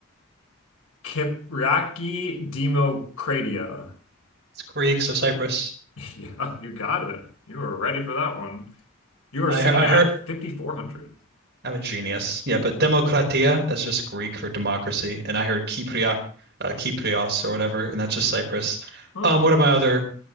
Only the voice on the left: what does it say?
Kypriaki Democratia. <laughs>
Yeah, you got it. You were ready for that one. You are
sitting
at
5,400.
Huh.